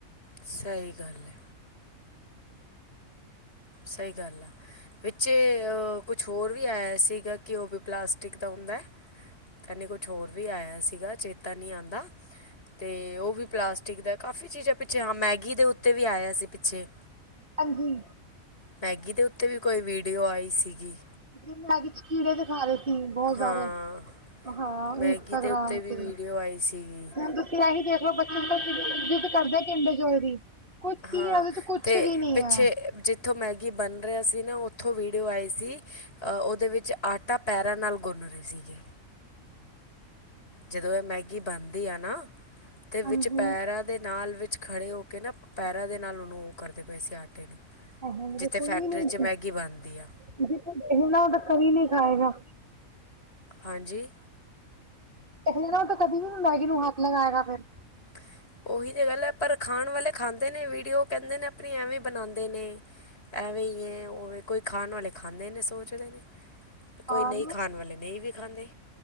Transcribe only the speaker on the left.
ਸਹੀ ਗੱਲ ਹੈ। ਸਹੀ ਗੱਲ ਆ, ਵਿੱਚ ਜੇ ਕੁਛ ਹੋਰ ਵੀ ਆਇਆ ਸੀਗਾ, ਕਿ ਉਹ ਵੀ ਪਲਾਸਟਿਕ ਦਾ ਹੁੰਦਾ। ਕਹਿੰਦੇ ਕੁਛ ਹੋਰ ਵੀ ਆਇਆ ਸੀਗਾ, ਚੇਤਾ ਨਹੀਂ ਆਉਂਦਾ ਤੇ ਉਹ ਵੀ ਪਲਾਸਟਿਕ ਦਾ, ਕਾਫੀ ਚੀਜ਼ਾਂ ਪਿੱਛੇ ਹਾਂ ਮੈਗੀ ਦੇ ਉੱਤੇ ਵੀ ਆਇਆ ਸੀ ਪਿੱਛੇ।
ਮੈਗੀ ਦੇ ਉੱਤੇ ਵੀ ਕੋਈ ਵੀਡੀਓ ਆਈ ਸੀਗੀ।
ਹਾਂ
ਮੈਗੀ
ਦੇ ਉੱਤੇ ਵੀ
ਵੀਡੀਓ ਆਈ ਸੀਗੀ
ਹਾਂ
ਅਤੇ
ਪਿੱਛੇ
ਜੀਥੋਂ ਮੈਗੀ ਬਣ ਰਿਹਾ ਸੀ ਨਾ ਉੱਥੋਂ ਵੀਡੀਓ ਆਈ ਸੀ, ਉਹਦੇ ਵਿੱਚ ਆਟਾ ਤਾਂ ਪੈਰਾਂ ਨਾਲ ਗੁੰਨ ਰਹੇ ਸੀਗੇ। ਜਦੋਂ ਇਹ ਮੈਗੀ ਬਣਦੀ ਆ ਨਾ, ਤੇ ਵਿੱਚ
ਪੈਰਾਂ ਦੇ ਨਾਲ ਵਿੱਚ ਖੜ੍ਹੇ ਹੋ ਕੇ ਨਾ ਪੈਰਾਂ ਦੇ ਨਾਲ ਉਹਨੂੰ ਉਹ ਕਰਦੇ ਪਏ ਸੀ ਆਟੇ ਨੂੰ।
ਜਿੱਥੇ ਫੈਕਟਰੀ
'ਚ
ਮੈਗੀ ਬਣਦੀ ਆ
ਹਾਂਜੀ
ਹ <unintelligible> ਉਹੀ ਤਾਂ ਗੱਲ ਹੈ, ਪਰ ਖਾਣ ਵਾਲੇ ਖਾਂਦੇ ਨੇ ਵੀਡੀਓ ਕਹਿੰਦੇ ਨੇ, ਆਪਣੀ ਐਵੇਂ ਬਣਾਉਂਦੇ ਨੇ ਐਵੇਂ ਹੀ ਹੈ, ਉਹਵੇ ਕੋਈ ਖਾਣ ਵਾਲੇ ਖਾਂਦੇ ਨੇ, ਸੋਚਦੇ ਨੇ ਕੋਈ
ਨਹੀਂ ਖਾਣ ਵਾਲੇ ਨਹੀਂ ਵੀ ਖਾਂਦੇ,